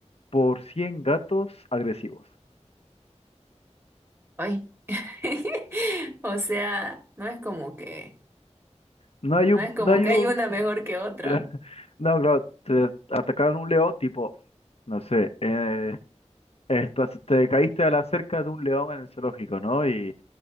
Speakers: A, on the left; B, on the right.
A: por 100 gatos agresivos.
B: Ay. <laughs> O sea, no es como que,
A: No hay
B: no
A: un,
B: es como
A: no hay
B: que
A: un,
B: hay una mejor que otra.
A: <laughs> no, claro, te atacaron un león, tipo, no sé, eh, estás- te caíste a la cerca de un león en el zoológico, ¿no? Y,